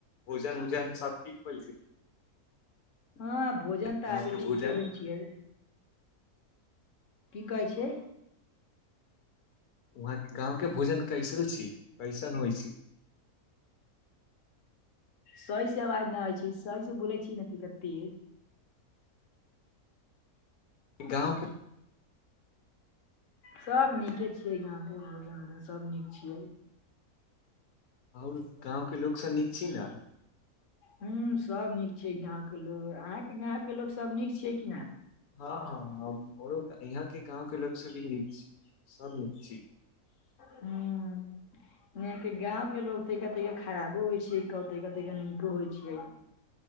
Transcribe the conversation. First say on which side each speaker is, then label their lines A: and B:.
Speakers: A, on the left; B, on the left.
A: भोजन उजन सब ठीक होल छै।
B: हँ भोजन
A: गाँव
B: तऽ आजुक
A: के भोजन
B: ठीके होल छियै। की कहै छै?
A: वहाँके गाँव के भोजन कैसन छी कैसन होइ छै?
B: सही से आवाज नहि आय छै सही से बोलै छी ना। <unintelligible>
A: गाँवके
B: सभ नीके छियै गांव के भोजन उजन सभ नीक छियै।
A: और गाँवके लोक सब नीक छी ने?
B: हू सब नीक छिये गाँंव के लोग। अहाँके गाँंव के लोग सब नीक छिये कि ना?
A: हँ हँ हमरो इहा के गाँंव के लोग सब भी निक छी। सब निक छी।
B: हु नय के गांव के लोग <unintelligible> खराबो होइ छै। तैका तैका नीको होइ छै